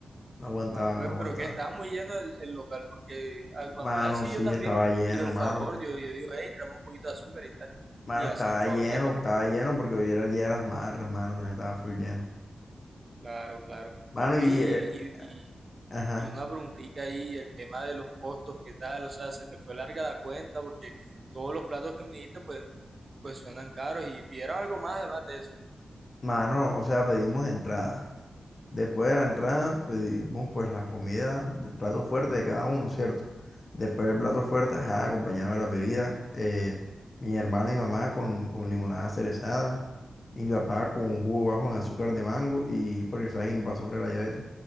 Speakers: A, on the left; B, on the right.
A: no aguantaba,
B: No, hombre,
A: no
B: pero
A: aguantaba.
B: que estaba muy lleno el, el local, porque ah, cuando
A: Mano,
B: es así
A: sí,
B: yo también
A: estaba lleno,
B: pido el
A: mano.
B: favor, yo, yo digo, hey, tráeme un poquito de azúcar y tal,
A: Mano,
B: y hacen
A: estaba
B: el favor
A: lleno,
B: de rápido.
A: estaba lleno porque hoy era el Día de las Madres, mano, entonces estaba full lleno.
B: Claro, claro.
A: Mano,
B: Ey,
A: y, eh,
B: y, y- y-
A: ajá,
B: y una preguntita ahí, el tema de los costos, ¿qué tal? O sea, se te fue larga la cuenta, porque todos los platos que me diste, pues pues suenan caros y pidieron algo más además de eso.
A: mano, o sea, pedimos entrada. Después de la entrada pedimos pues la comida del plato fuerte de cada uno, ¿cierto? Después del plato fuerte, ajá, acompañado de las bebidas, eh, mi hermano y mamá con, con limonada cerezada, mi papá con un jugo bajo en azúcar de mango y porque sabes que mi papá sufre la diabetes.